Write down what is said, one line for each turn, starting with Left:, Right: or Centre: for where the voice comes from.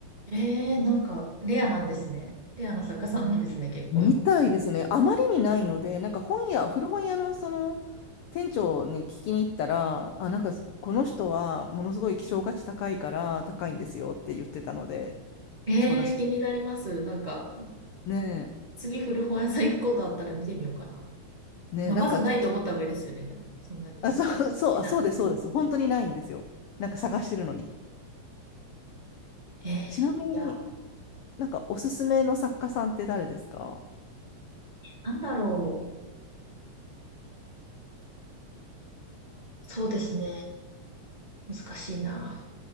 Right: えー、なんか、レアなんですね。レアな作家さんなんですね、結構。
Left: うんみたいですね。あまりにないので、なんか本屋、古本屋のその店長に聞きに行ったら、あ、なんかこの人はものすごい希少価値高いから高いんですよって言ってたので、
Right: えー、
Left: そうらしい。
Right: 気になります。なんか、
Left: ね
Right: 次古本屋さん行くことあったら見てみようかな。
Left: え、ねえ、
Right: まあ、
Left: なんかちょっと、
Right: まずないと思った方がいいですよね、でも、そんなに。
Left: あ、そう、<laughs> そう、
Right: なら。
Left: あ、そうです、そうです。本当にないんですよ。なんか探してるのに。
Right: えー、い
Left: ちなみに
Right: や、
Left: なんかおすすめの作家さんって誰ですか
Right: なんだろう。そうですね。難しいな。